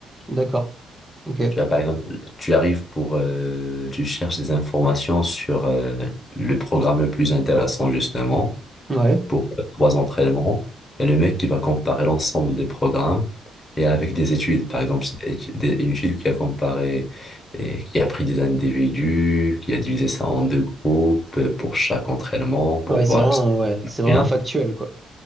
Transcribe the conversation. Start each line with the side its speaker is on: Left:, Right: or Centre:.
Right: d'accord. Ok,
Left: Tu vois, par exemple, tu arrives pour, euh, tu cherches des informations sur euh, le programme le plus intéressant justement
Right: ouais.
Left: pour trois entraînements. Et le mec qui va comparer l'ensemble des programmes et avec des études. Par exemple, c'est étu- des- une étude qui a comparé et qui a pris des individus, qui a divisé ça en deux groupes euh, pour chaque entraînement pour
Right: Ouais,
Left: voir
Right: c'est vraiment,
Left: si
Right: ouais,
Left: c'est
Right: c'est vraiment
Left: bien.
Right: factuel, quoi.